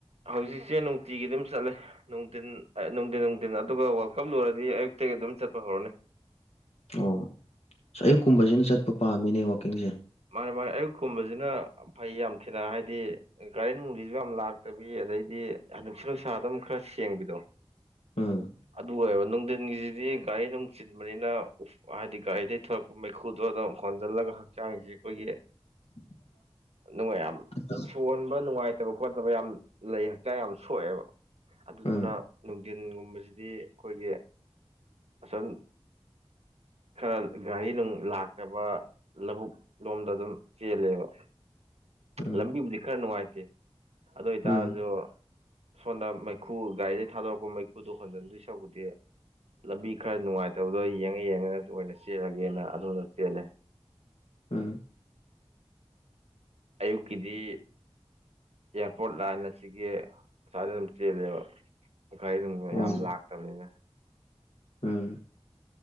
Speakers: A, on the right (about 75°); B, on the left (about 75°).
A: ꯍꯧꯖꯤꯛꯁꯦ ꯅꯨꯡꯇꯤꯒꯤ ꯑꯗꯨꯝ ꯆꯠꯂꯦ ꯅꯨꯡꯊꯤꯟ ꯅꯨꯡꯊꯤꯟ ꯅꯨꯡꯊꯤꯟ ꯑꯗꯨꯒ ꯋꯦꯜꯀꯝ ꯂꯣꯏꯔꯗꯤ ꯑꯌꯨꯛꯇꯒꯤ ꯑꯗꯨꯝ ꯆꯠꯄ ꯍꯧꯔꯅꯤ
B: ꯑꯣ ꯑꯌꯨꯛ ꯀꯨꯝꯕꯁꯤꯅ ꯆꯠꯄ ꯄꯥꯝꯃꯤꯅꯦ ꯋꯥꯛꯀꯤꯡꯁꯦ
A: ꯃꯥꯅꯤ ꯃꯥꯅꯤ ꯑꯌꯨꯛꯀꯨꯝꯕꯁꯤꯅ ꯐꯩ ꯌꯥꯝ ꯊꯤꯅ ꯍꯥꯏꯗꯤ ꯒꯥꯔꯤ ꯅꯣꯡꯂꯤꯁꯨ ꯌꯥꯝ ꯂꯥꯛꯇꯕꯤ ꯑꯗꯩꯗꯤ ꯅꯨꯡꯁꯤꯠ ꯅꯨꯡꯁꯥ ꯑꯗꯨꯝ ꯈꯔ ꯁꯦꯡꯕꯤꯗꯣ
B: ꯎꯝ
A: ꯑꯗꯨ ꯑꯣꯏꯌꯦꯕ ꯅꯨꯡꯊꯤꯟꯒꯤꯁꯤꯗꯤ ꯒꯥꯔꯤ ꯅꯨꯡ ꯆꯤꯟꯕꯅꯤꯅ ꯍꯥꯏꯗꯤ ꯒꯥꯔꯤꯗꯒꯤꯩ ꯊꯂꯛꯄ ꯃꯩꯈꯨꯗꯣ ꯑꯗꯨꯝ ꯍꯣꯟꯖꯜꯂꯒ ꯍꯛꯆꯥꯡꯁꯦ ꯑꯩꯈꯣꯏꯒꯤ
B: <inaudible>
A: ꯅꯨꯡꯉꯥꯏꯌꯥꯝ
B: ꯎꯝ
A: ꯇꯣꯟꯕ ꯅꯨꯡꯉꯥꯏꯇꯕ ꯈꯣꯠꯇꯕ ꯌꯥꯝ ꯂꯩ ꯍꯛꯆꯥꯡ ꯌꯥꯝ ꯁꯣꯛꯑꯦꯕ ꯑꯗꯨꯗꯨꯅ
B: ꯎꯝ
A: ꯅꯨꯡꯊꯤꯟꯒꯨꯝꯕꯁꯤꯗꯤ ꯑꯩꯈꯣꯏꯒꯤ ꯑꯁꯟ ꯈꯔ ꯒꯥꯔꯤ ꯅꯨꯡ ꯂꯥꯛꯇꯕ ꯂꯧꯕꯨꯛ ꯂꯣꯝꯗ ꯑꯗꯨꯝ ꯆꯦꯜꯂꯦꯕ
B: ꯎꯝ
A: ꯂꯝꯕꯤꯕꯨꯗꯤ ꯈꯔ ꯅꯨꯡꯉꯥꯏꯇꯦ ꯑꯗꯨ ꯑꯣꯏꯇꯥꯔꯁꯨ
B: ꯎꯝ
A: ꯁꯣꯝꯗ ꯃꯩꯈꯨ ꯒꯥꯔꯤꯗꯒꯤꯩ ꯊꯥꯗꯣꯔꯛꯄ ꯃꯩꯈꯨꯗꯣ ꯍꯣꯟꯖꯤꯟꯗꯣꯏ ꯁꯛꯄꯨꯗꯤ ꯂꯝꯕꯤ ꯈꯔ ꯅꯨꯡꯉꯥꯏꯇꯕꯗꯣ ꯌꯦꯡꯉ ꯌꯦꯡꯉꯒꯁꯨ ꯑꯣꯏꯅ ꯆꯦꯜꯂꯒꯦꯅ ꯑꯗꯣꯝꯗ ꯆꯦꯜꯂꯦ
B: ꯎꯝ
A: ꯑꯌꯨꯛꯀꯤꯗꯤ ꯑꯦꯌꯥꯔꯄꯣꯔꯠ ꯂꯥꯏꯅ ꯁꯤꯒꯤ ꯁꯃꯏꯗ ꯑꯗꯨꯝ ꯆꯦꯜꯂꯦꯕꯔꯤ ꯑꯗꯨꯝ
B: ꯑꯣ
A: ꯌꯥꯝ ꯂꯥꯛ ꯌꯥꯝꯝꯅꯤꯅ
B: ꯎꯝ